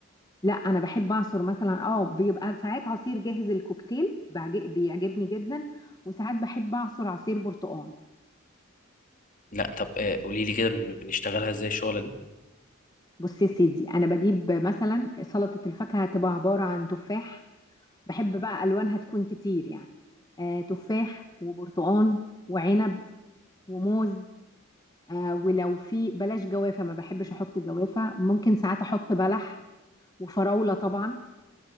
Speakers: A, on the left; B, on the left.
A: لا انا بحب اعصر مثلا اه بيبقى ساعات عصير جاهز الكوكتيل بعج- بيعجبني جدا وساعات بحب اعصر عصير برتقال
B: لا طب آه، قولي لي كده بن- بنشتغلها ازاي الشغله دي
A: بص يا سيدي انا بجيب مثلا سلطه الفاكهه هتبقى عباره عن تفاح بحب بقى الوانها تكون كتير يعني آه تفاح وبرتقان وعنب وموز آه ولو في بلاش جوافه ما بحبش احط جوافه ممكن ساعات احط بلح وفراوله طبعا